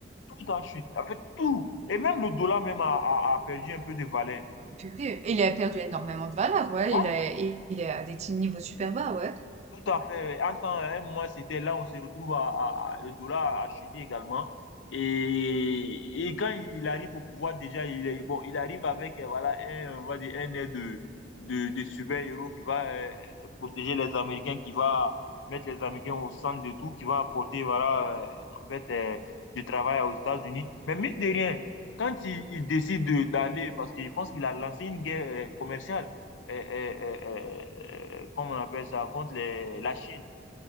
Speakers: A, on the left; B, on the right.
A: tout en chute. En fait, tout. Et même le dollar même a, a- a perdu un peu de valeur.
B: Purée, il a perdu énormément de valeur, ouais.
A: Voilà.
B: Il est, il est à des petits niveaux super bas, ouais.
A: Tout à fait. En temps, un mois, c'était là, on se retrouve à, à- à- le dollar a chuté également. Et, et quand il arrive au pouvoir, déjà, il est, bon, il arrive avec euh, voilà, un, on va dire, un air de, de, de super-héros qui va euh, protéger les Américains, qui va mettre les Américains au centre de tout, qui va apporter voilà, euh, en fait, euh, du travail aux États-Unis. Mais mine de rien, quand il, il décide de- d'aller, parce qu'il pense qu'il a lancé une guerre euh, commerciale, euh, euh, euh, euh, comment on appelle ça, contre les- la Chine.